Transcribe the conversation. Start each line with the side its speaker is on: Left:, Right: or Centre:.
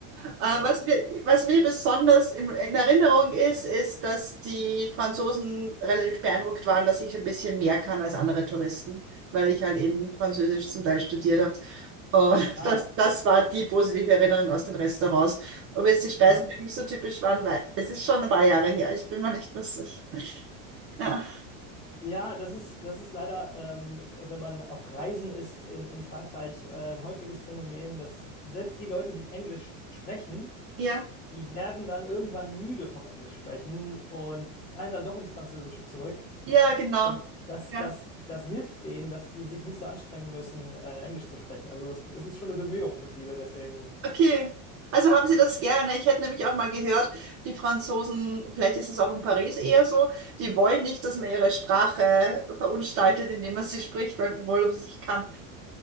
Right: Äh,
Left: ja.
Right: was mir, was mir besonders im, in Erinnerung ist, ist, dass die Franzosen relativ beeindruckt waren, dass ich ein bisschen mehr kann als andere Touristen, weil ich halt eben Französisch zum Teil studiert habe. Und <laughs>
Left: Ah,
Right: das, das war die positive Erinnerung aus den Restaurants. Ob jetzt die Speisen
Left: ja.
Right: wirklich so typisch waren, weil es ist schon ein paar Jahre her. Ich bin mir nicht mehr sicher. Ja,
Left: Ja, das ist, das ist leider, ähm, wenn man auf Reisen ist in, in Frankreich, äh, ein häufiges Phänomen, dass selbst die Leute, die Englisch sprechen,
Right: ja,
Left: die werden dann irgendwann müde vom Englisch sprechen und fallen dann doch ins Französische zurück.
Right: ja, genau.
Left: Und das,
Right: Ja.
Left: das, das hilft denen, dass die sich nicht so anstrengen müssen, äh, Englisch zu sprechen. Also das, das ist schon eine Bemühung für viele. Deswegen,
Right: Okay. Also haben Sie das gerne. Ich hätte nämlich auch mal gehört, die Franzosen, vielleicht ist es auch in Paris eher so, die wollen nicht, dass man ihre Sprache verunstaltet, indem man sie spricht, weil obwohl man sie nicht kann.